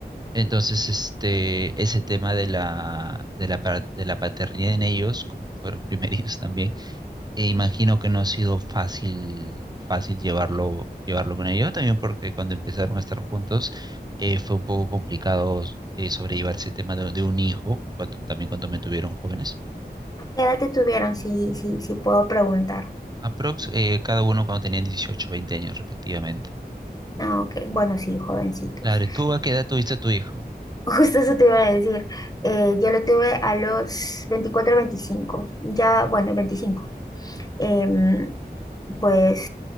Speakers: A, on the right; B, on the left.
A: Entonces, este, ese tema de la, de la, pa- de la paternidad en ellos, como fueron <laughs> primerizos también, e imagino que no ha sido fácil, fácil llevarlo, llevarlo con ellos, también porque cuando empezaron a estar juntos, eh, fue un poco complicado, eh, sobrellevar ese tema de, de un hijo, cuando, también cuando me tuvieron jóvenes.
B: ¿A qué edad te tuvieron? Si, si, si puedo preguntar.
A: Aprox, eh, cada uno cuando tenían 18 20 años respectivamente.
B: Ah, ok. Bueno, sí, jovencitos.
A: Claro, ¿y tú a qué edad tuviste a tu hijo?
B: <laughs> Justo eso te iba a decir. Eh, yo lo tuve a los 24, veinticinco Ya, bueno, veinticinco Em, pues